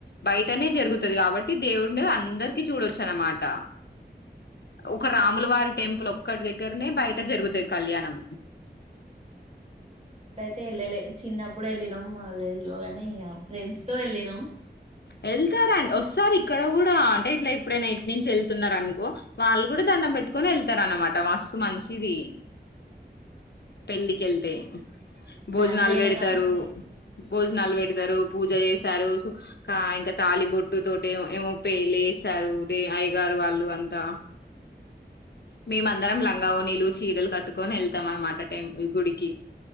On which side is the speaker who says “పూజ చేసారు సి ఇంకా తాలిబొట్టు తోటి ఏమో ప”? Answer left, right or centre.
Left